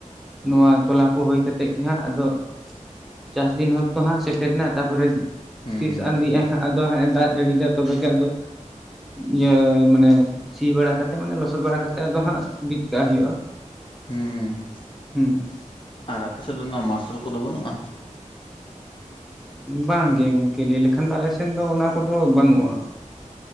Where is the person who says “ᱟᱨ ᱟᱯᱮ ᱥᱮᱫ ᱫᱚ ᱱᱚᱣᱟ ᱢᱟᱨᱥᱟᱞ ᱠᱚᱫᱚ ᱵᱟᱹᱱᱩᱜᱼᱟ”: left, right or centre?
Left